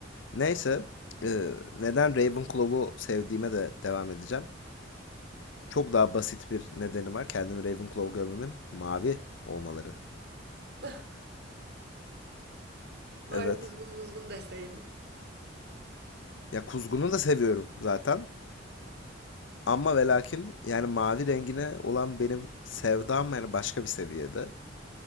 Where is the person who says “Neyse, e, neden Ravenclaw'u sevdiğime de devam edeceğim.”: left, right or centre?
Left